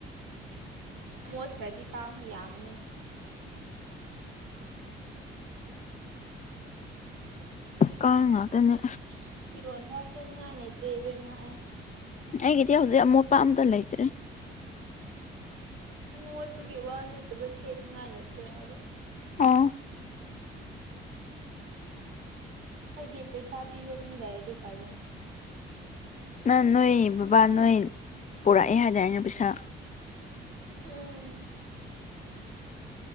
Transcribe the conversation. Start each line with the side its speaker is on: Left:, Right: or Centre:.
Right: ꯃꯣꯠꯈ꯭ꯔꯗꯤ ꯀꯥꯡꯅ ꯌꯥꯝꯕꯅꯦ
Left: ꯀꯥꯡ ꯉꯥꯛꯇꯅꯦ
Right: ꯏꯁ ꯐꯤꯔꯣꯟ ꯐꯥꯎ ꯁꯦꯠꯅꯤꯡꯉꯥꯏ ꯂꯩꯇ꯭ꯔꯦ ꯏꯕꯦꯝꯃ ꯑꯩ
Left: ꯑꯩꯒꯤꯗꯤ ꯍꯧꯖꯤꯛ ꯑꯃꯣꯠꯄ ꯑꯝꯇ ꯂꯩꯇ꯭ꯔꯦ
Right: ꯃꯣꯠꯄꯒꯤ ꯋꯥ ꯅꯠꯇꯕ ꯁꯦꯠꯅꯤꯡꯉꯥꯏ ꯂꯩꯇ꯭ꯔꯦ ꯍꯥꯏꯕ
Left: ꯑꯣ
Right: ꯑꯩꯒꯤ ꯄꯩꯁꯥ ꯄꯤꯕ ꯃꯤ ꯂꯩꯔꯗꯤ ꯐꯗꯣꯏꯅꯤ
Left: ꯅ ꯅꯣꯏ ꯕꯕꯥ ꯅꯣꯏ ꯄꯨꯔꯛꯑꯦ ꯍꯥꯏꯗꯥꯏꯅꯦ ꯄꯩꯁꯥ
Right: ꯎꯝ